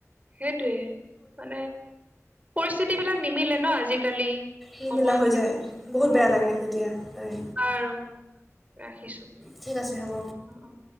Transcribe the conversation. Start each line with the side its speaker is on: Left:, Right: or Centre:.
Right: সেইটোৱে মানে পৰিস্থিতি বিলাক নিমিলে ন আজিকালি।
Centre: নিমিলা
Right: সময়বিলাক
Centre: হৈ যায়, বহুত
Right: অ'
Centre: বেয়া লাগে তেতিয়া হয়।
Right: আৰু ৰাখিছো।
Centre: ঠিক আছে হ'ব।
Right: অ' অ'।